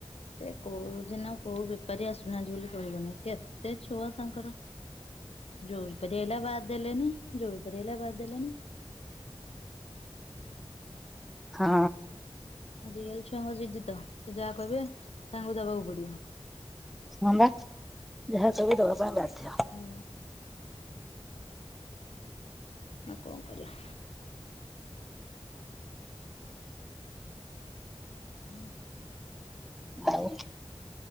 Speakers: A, on the left; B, in the centre.
A: ସେ କୋଉଦିନ କୋଉ ବେପାରୀ ଆସୁନାହାନ୍ତି ବୋଲି କହିବନି କେତ ସେ ଛୁଆ ତାଙ୍କର ଯୋଉ ବେପାରୀ ଆଇଲା ବାଦ ଦେଲେନି ଯୋଉ ବେପାରୀ ଆଇଲା ବାଦ ଦେଲେନି।
B: ହଁ।
A: ଆଜି କାଲି ଛୁଆଙ୍କ ଜିଦି ତ ସେ ଯାହା କହିବେ ତାଙ୍କୁ ଦବାକୁ ପଡିବ।
B: ହଁ ମ ଯାହା ସବୁ ଦବା ପାଇଁ ବାଧ୍ୟ।
A: ହଁ ଵା। ଆଉ କଣ କରିବା। <unintelligible>
B: ଆଉ